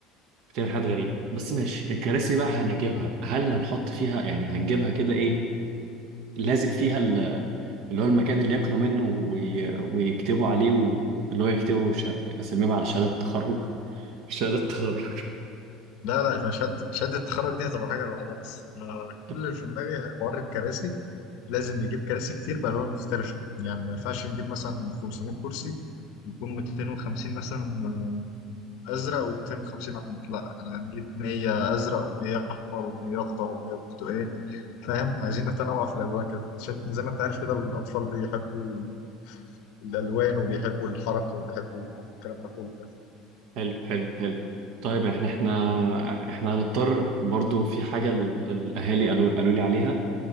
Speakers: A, on the right; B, on the left.
A: بتعمل حاجات غريبه بس ماشي الكراسي بقى هنجيبها هل هنحط فيها يعني هنجيبها كده ايه لازق فيها اللي هو المكان اللي ياكلوا منه وي... ويكتبوا عليه و... اللي هو يكتبوا ش... اساميهم على شهادة التخرج شهادة تخرج
B: لا لا مش شهادة شهادة التخرج دي هتبقى حاجة لوحدها بس أنا
A: <laughs>
B: كل اللي في دماغي حوار الكراسي لازم نجيب كراسي كتير بألوان مختلفة يعني ما ينفعش نجيب مثلا 500 كرسي يكون 250 مثلا أزرق و250 أحمر لا احنا هنجيب 100 أزرق و100 أحمر و100 أخضر و100 برتقاني فاهم عايزين نتنوع في الألوان كده عشان زي ما أنت عارف كده الأطفال بيحبوا الألوان وبيحبوا الحركة وبيحبوا الكلام ده كله
A: حلو حلو حلو طيب يعني احنا احنا هنضطر برضو في حاجة ال- الأهالي قالوا قالوا لي عليها